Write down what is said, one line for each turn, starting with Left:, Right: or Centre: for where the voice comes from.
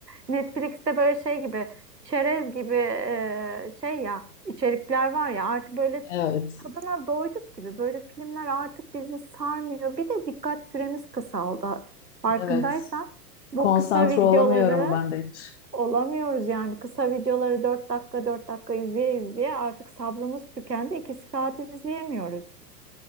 Right: Netflix'te böyle şey gibi, çerez gibi e, şey ya, içerikler var ya artık böyle
Left: Evet,
Right: tadına doyduk gibi. Böyle filmler artık bizi sarmıyor. Bir de dikkat süremiz kısaldı. Farkındaysan
Left: evet.
Right: bu
Left: Konsantre
Right: kısa videoları
Left: olamıyorum ben de hiç.
Right: olamıyoruz yani. Kısa videoları 4 dakika 4 dakika izleye izleye artık sabrımız tükendi. 2 saat izleyemiyoruz.